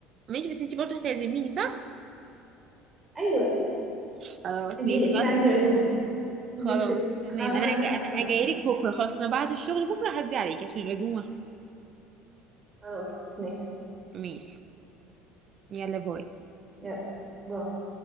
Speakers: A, on the right; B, on the right.
A: ماشي بس انتي برضه هتعزميني صح؟
B: ايوه
A: خلاص
B: انت
A: ماشي
B: ليك
A: خلاص
B: عندي عزومة
A: خلاص
B: انت كسبتي
A: تمام
B: بس انا المرة
A: أنا أجا
B: الجاية
A: أنا
B: هكسبك
A: جايلك بكرة خلاص أنا بعد الشغل بكرة هعدي عليك عشان العزومة
B: خلاص ماشي
A: ماشي يلا باي
B: يلا باي